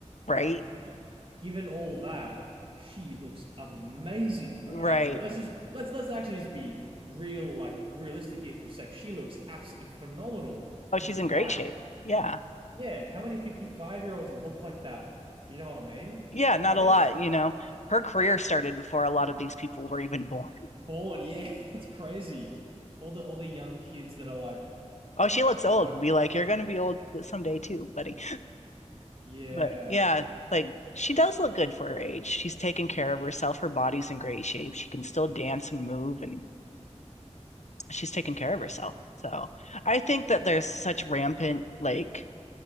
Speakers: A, on the left; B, on the right.
A: Right?
B: Like, g given all that, she looks amazing for
A: Right.
B: her age. Like, let's just let's let's actually just be real, like realistic here for a sec. She looks absolutely phenomenal for
A: Oh, she's
B: 55.
A: in great shape. Yeah.
B: Yeah, how many 55 year olds look like that? You know what I mean?
A: yeah, not
B: So I
A: a
B: think
A: lot,
B: it's
A: you know. Her career started before a lot of these people were even born.
B: born. Yeah, <laughs> it's crazy. All the all the young kids that are like,
A: Oh, she looks
B: you
A: old.
B: know,
A: Be like, you're gonna be old someday too, buddy.
B: yeah,
A: But yeah, like she does look good for her age. She's taken care of herself. Her body's in great shape. She can still dance and move, and she's taken care of herself. So I think that there's such rampant like